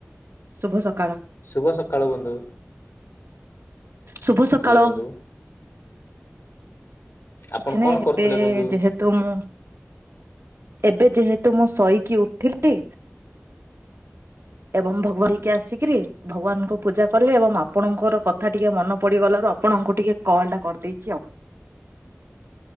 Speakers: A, on the right; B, on the left.
A: ଶୁଭସକାଳ।
B: ଶୁଭ ସକାଳ ବନ୍ଧୁ।
A: ଶୁଭ ସକାଳ।
B: ଥିଲେ ବନ୍ଧୁ
A: କିଛି
B: ଆପଣ
A: ନାହିଁ
B: କଣ
A: ଏବେ
B: କରୁଥିଲେ ବନ୍ଧୁ?
A: ଯେହେତୁ ମୁଁ ଏବେ ଯେହେତୁ ମୁଁ ଶୋଇକି ଉଠିଲି ଏବଂ ଭଗବାନ୍ ଧୋଇ ହେଇକି ଆସିକିରି ଭଗବାନଙ୍କୁ ପୂଜା କଲି। ଏବଂ ଆପଣଙ୍କର କଥା ଟିକେ ମନେ ପଡିଗଲା ଆପଣଙ୍କୁ ଟିକେ କଲ ଟା କରିଦେଇଛି ଆଉ।